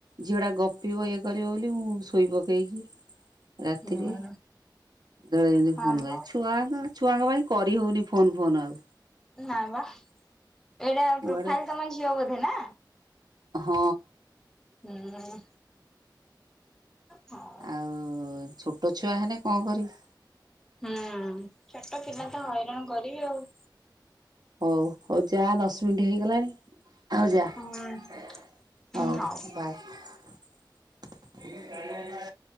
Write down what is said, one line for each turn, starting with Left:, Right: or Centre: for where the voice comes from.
Right: ଝିଅ ଟା ଗପ ପିବ ଇଏ କରିବ ବୋଲି ମୁଁ ଶୋଇ ପକେଇକି ରାତିରେ
Centre: ହୁଁ।
Right: ଦଳେ ଯେମିତି
Centre: ହଁ
Right: ଫୋନ
Centre: ବା
Right: କରି ଛୁଆ ଛୁଆଙ୍କ ପାଇଁ କରି ହଉନି ଫୋନ୍ ଫାନ୍ ଆଉ।
Centre: ନା ବା, ଏଇଟା
Right: କୁଆଡ଼େ
Centre: ପ୍ରୋଫାଇଲ ତମ ଝିଅ ବୋଧେ ନା?
Right: ହଁ।
Centre: ହୁଁ। ହଉ
Right: ଆଉ ଛୋଟ ଛୁଆ ହେଲେ କଣ କରିମ୍
Centre: ହୁଁ ଛୋଟ ପିଲା ତ ହଇରାଣ କରିବେ ଆଉ।
Right: ହଉ ହଉ ଯାଆ ଦଶ ମିନିଟ ହେଇଗଲାଣି। ଆଉ ଯା ହଉ
Centre: ହୁଁ। ହୁଁ ହଉ।
Right: ବାଏ। <inaudible>